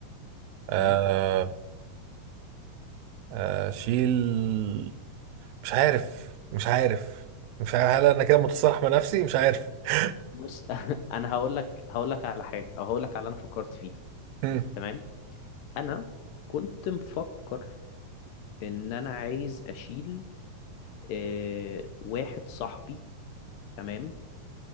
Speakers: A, on the right (about 85°); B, on the left (about 80°).
A: آه،
B: أمم.
A: آه، اشيل مش عارف مش عارف مش عارف هل انا كده متصالح مع نفسي مش عارف <laughs>
B: بص <laughs> انا هقول لك هقول لك على حاجة او هقول لك على اللي انا فكرت فيه
A: مم.
B: تمام انا كنت مفكر ان انا عايز اشيل آه، واحد صاحبي تمام